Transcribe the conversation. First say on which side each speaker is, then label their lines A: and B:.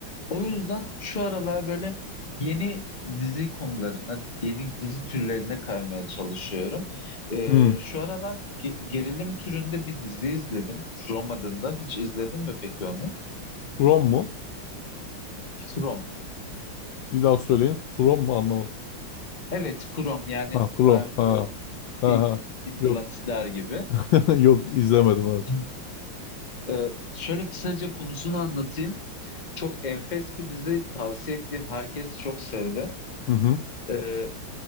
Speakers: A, on the left (about 25°); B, on the left (about 75°).
A: O yüzden şu aralar böyle yeni dizi konularına, yeni dizi türlerine kaymaya çalışıyorum. Ee,
B: Hı.
A: şu aralar ge- gerilim türünde bir dizi izledim. From adında. Hiç izledin mi peki onu?
B: From mu?
A: From.
B: Bir daha söyleyin. From mu anlamadım.
A: Evet, From. Yani
B: Ha From.
A: I'm from
B: Ha. Ha
A: E-
B: ha.
A: England
B: Yok.
A: der gibi.
B: <laughs> Yok izlemedim evet.
A: <laughs> Ee, şöyle kısaca konusunu anlatayım. Çok enfes bir dizi. Tavsiye ettiğim herkes çok sevdi.
B: Hı hı.
A: Ee,